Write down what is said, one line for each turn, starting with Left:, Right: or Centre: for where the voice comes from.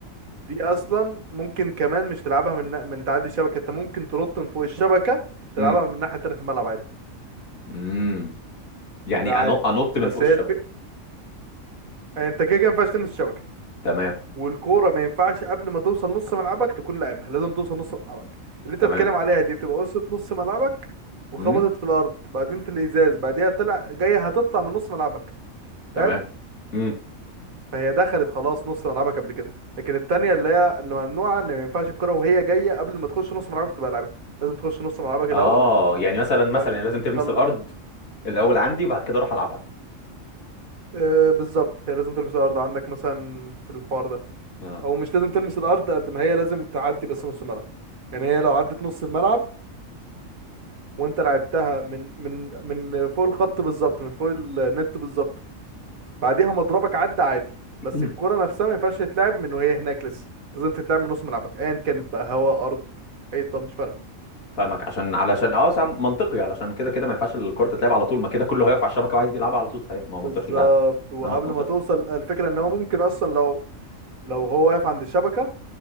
Right: دي اصلا ممكن كمان مش تلعبها من من تعدي الشبكه انت ممكن تنط من فوق الشبكه تلعبها
Left: امم
Right: من الناحيه التانيه في الملعب عادي
Left: امم يعني
Right: لا
Left: أنو-
Right: عادي
Left: انط من
Right: بس
Left: فوق الشبكه
Right: هي الف... انت كده كده ما ينفعش تلمس الشبكه
Left: تمام
Right: والكوره ما ينفعش قبل ما توصل نص ملعبك تكون لاعبها لازم توصل نص ملعبك اللي انت
Left: تمام
Right: بتتكلم عليها دي بتبقى وصلت نص ملعبك وخبطت
Left: امم
Right: في الارض بعدين في الازاز بعديها طلع جايه هتطلع من نص ملعبك
Left: تمام
Right: فاهم
Left: امم
Right: فهي دخلت خلاص نص ملعبك قبل كده لكن التانية اللي هي اللي ممنوعة ان ما ينفعش الكرة وهي جاية قبل ما تخش نص ملعبك تبقى لعبها لازم تخش نص ملعبك الأول
Left: اه يعني مثلا مثلا
Right: يعني ان
Left: يعني لازم تلمس
Right: شاء الله
Left: الارض الاول عندي وبعد كده اروح العبها
Right: آه بالظبط هي لازم تلمس الارض عندك مثلا في الحوار ده
Left: اه
Right: او مش لازم تلمس الارض قد ما هي لازم تعدي بس نص الملعب يعني هي لو عدت نص الملعب <clears throat> وانت لعبتها من من من فوق الخط بالظبط من فوق النت بالظبط بعديها مضربك عدى عادي
Left: <clears throat>
Right: بس الكرة نفسها ما ينفعش تتلعب من وهي هناك لسه لازم تتلعب من نص ملعبك ايا كانت بقى هواء ارض حيطة مش فارقة
Left: فاهمك عشان علشان اه سام منطقي علشان كده كده ما ينفعش الكرة تتلعب على طول ما كده كله هيقف على الشبكة وعايز يلعبها على طول صحيح ما هو منطقي
Right: بالظبط
Left: فعلا
Right: وقبل
Left: كلامك منطقي
Right: ما توصل الفكرة ان هو ممكن اصلا لو لو هو واقف عند الشبكة